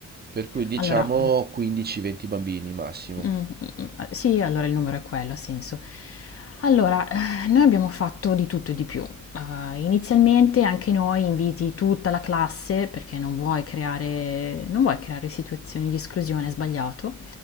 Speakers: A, on the right; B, on the left.
A: Per cui diciamo
B: Allora,
A: 15-20 bambini massimo.
B: Mh, mh, mh, sì, allora il numero è quello, ha senso. Allora, eh, noi abbiamo fatto di tutto e di più. Uhm, inizialmente anche noi inviti tutta la classe, perché non vuoi creare non vuoi creare situazioni di esclusione, è sbagliato,